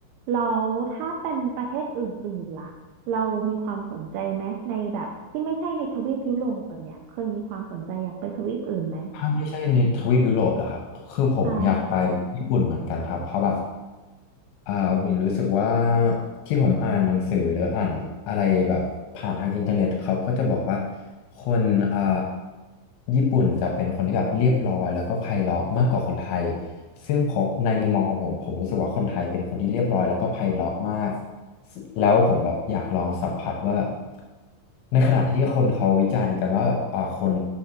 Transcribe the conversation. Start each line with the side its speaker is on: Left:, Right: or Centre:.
Right: แล้วถ้าเป็นประเทศอื่นๆล่ะเรามีความสนใจไหมในแบบที่ไม่ใช่ในทวีปยุโรปแบบเนี้ยเคยมีความสนใจอยากไปทวีปอื่นไหม
Left: ถ้าไม่ใช่ในทวีปยุโรปเหรอครับคือผมอยากไปญี่ปุ่นเหมือนกันครับเพราะแบบ
Right: ใช่
Left: อ่าผมรู้สึกว่าที่ผมอ่านหนังสือหรืออ่านอะไรแบบผ่านทางอินเทอร์เน็ตเขาก็จะบอกว่าคนอ่า ญี่ปุ่นจะเป็นคนที่แบบเรียบร้อยแล้วก็ไพเราะมากกว่าคนไทยซึ่งผมในมุมมองของผมผมรู้สึกว่าคนไทยเป็นคนที่เรียบร้อยแล้วก็ไพเราะมากแล้วผมแบบอยากลองสัมผัสว่าแบบในขณะที่คนเขาวิจารณ์กันว่าแบบอ่าคน